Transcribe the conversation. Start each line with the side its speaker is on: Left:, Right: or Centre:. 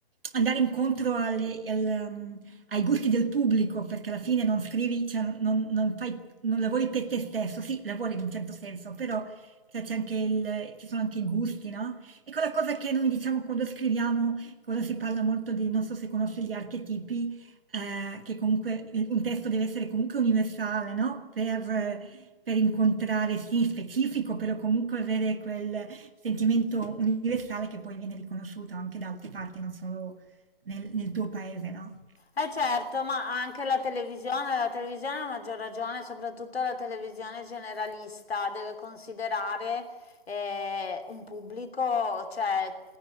Right: andare incontro alle- al, ehm, ai gusti del pubblico, perché alla fine non scrivi, cioè, non, non fai, non lavori per te stesso, sì, lavori in un certo senso, però cioè, c'è anche il, ci sono anche i gusti, no? E quella cosa che noi diciamo quando scriviamo, quando si parla molto di, non so se conosci gli archetipi, eh, che comunque il- un testo deve essere comunque universale, no? Per, eh, per incontrare, sì, specifico, però comunque avere quel sentimento universale che poi viene riconosciuto anche da altre parti, non solo nel, nel tuo paese, no?
Left: Eh certo, ma anche la televisione, la televisione a maggior ragione, soprattutto la televisione generalista, deve considerare eh, un pubblico, cioè